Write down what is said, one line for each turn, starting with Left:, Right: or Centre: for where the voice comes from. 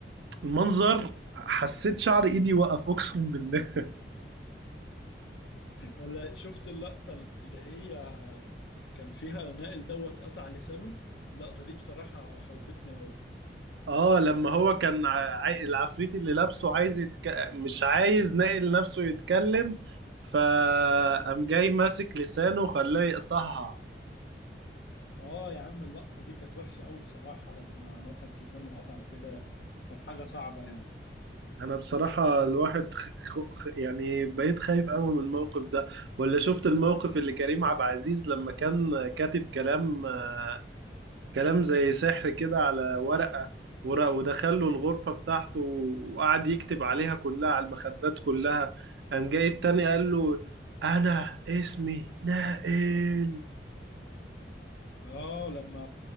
Right: المنظر حسيت شعر ايدي وقف اقسم بالله
Left: ولا شفت اللقطة اللي هي كان فيها نائل دوت قطع لسانه اللقطة دي بصراحة خوفتني أوي
Right: اه لما هو كان عاي... العفريت اللي لابسه عايز يتك... مش عايز ناقل نفسه يتكلم فقام جاي ماسك لسانه وخلاه يقطعها
Left: اه يا عم اللقطة دي كانت وحشة أوي بصراحة لما مسك لسانه وقطعه كده كانت حاجة صعبة يعني
Right: انا بصراحة الواحد خ... خ... خ- يعني بقيت خايف قوي من الموقف ده ولا شفت الموقف اللي كريم عبد العزيز لما كان كاتب كلام آه، كلام زي سحر كده على ورقة ورق ودخل له الغرفة بتاعته وقعد يكتب عليها كلها على المخدات كلها قام جاي التاني قال له أنا اسمي نائل
Left: اه لما